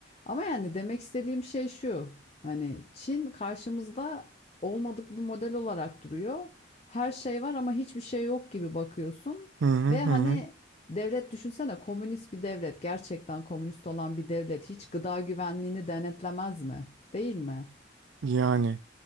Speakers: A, on the left; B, on the right.
A: Ama yani demek istediğim şey şu. Hani Çin karşımızda olmadık bir model olarak duruyor. Her şey var ama hiçbir şey yok gibi bakıyorsun.
B: Hı hı
A: Ve
B: hı.
A: hani
B: hı.
A: devlet düşünsene komünist bir devlet, gerçekten komünist olan bir devlet hiç gıda güvenliğini denetlemez mi? Değil mi?
B: Yani